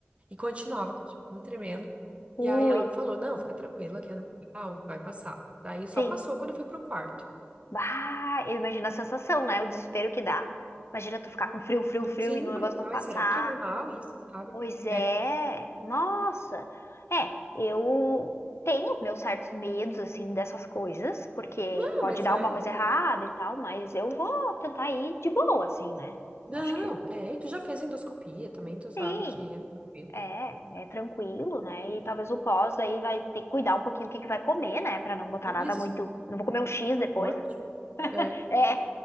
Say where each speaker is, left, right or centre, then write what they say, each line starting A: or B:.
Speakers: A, on the right; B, on the left.
A: e continuava, continuava tremendo.
B: Ui.
A: E aí ela falou: Não, fica tranquila, que é normal, vai passar. Daí só
B: Sim.
A: passou quando eu fui pro quarto.
B: Bah, eu imagino a sensação, né? O desespero que dá. Imagina tu ficar com frio, frio, frio
A: Sim,
B: e o negócio
A: porque eu pensava,
B: não passar.
A: ai, será que é normal isso, sabe?
B: Pois é.
A: É.
B: Nossa. É, eu tenho meus certos medos, assim, dessas coisas, porque
A: Não,
B: pode
A: mas
B: dar
A: vai.
B: alguma coisa errada e tal, mas eu vou tentar ir de boa, assim, né? Eu
A: Não,
B: acho que
A: é, e tu já fez endoscopia também, tu sabe
B: sim.
A: que é tranquilo.
B: É, é tranquilo, né? E talvez o pós aí vai ter que cuidar um pouquinho o que que vai comer, né? Pra não botar
A: Isso,
B: nada muito. Não vou comer um X depois,
A: forte.
B: né?
A: É.
B: É,